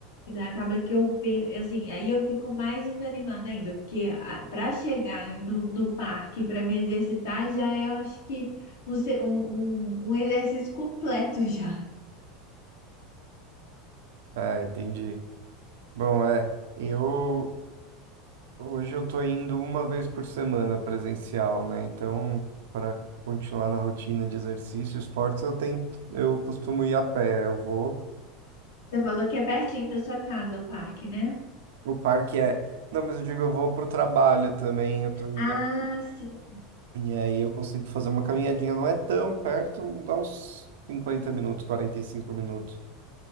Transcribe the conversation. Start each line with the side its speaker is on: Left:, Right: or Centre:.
Left: E daí acaba que eu, per- assim, aí eu fico mais desanimada ainda, porque para chegar no, no parque, para me exercitar, já é, eu acho que um, se- um, um um exercício completo <laughs> já.
Right: é, é, é, entendi. Bom, é, eu hoje eu tô indo uma vez por semana presencial, né? Então, para continuar na rotina de exercício, esportes, eu tento, eu costumo ir a pé, eu vou.
Left: Você falou que é pertinho da sua casa o parque, né?
Right: O parque é. Não, mas eu digo, eu vou pro trabalho também, eu tô indo.
Left: Ah, sim.
Right: E aí eu consigo fazer uma caminhadinha, não é tão perto, dá uns 50 minutos, 45 minutos.